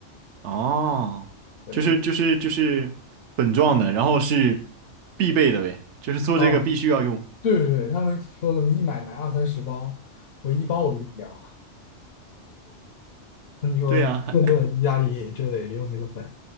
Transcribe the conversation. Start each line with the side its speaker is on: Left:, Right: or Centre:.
Right: 哦，
Left: 对，
Right: 就是就是就是粉状的，
Left: 我
Right: 然后是必备的呗，就是做这个必须要用。
Left: 哦，对对对，他们说什么一买买二三十包，我一包我都用不了。他们说顿顿意大利就得用那个粉，
Right: 对呀，还